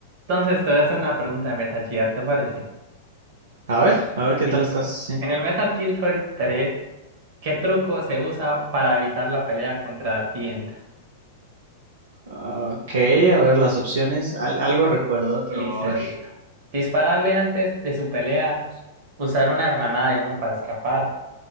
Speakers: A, on the right; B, on the right.
A: Entonces te voy a hacer una pregunta de Metal Gear, ¿te parece?
B: A ver, a ver qué
A: Listo.
B: tal estás. Sí.
A: En el Metal Gear Solid 3, ¿qué truco se usa para evitar la pelea contra The End?
B: Ok, a ver las opciones. Al- algo recuerdo, pero
A: Listo,
B: a ver.
A: listo. Dispararle antes de su pelea, usar una granada de humo para escapar,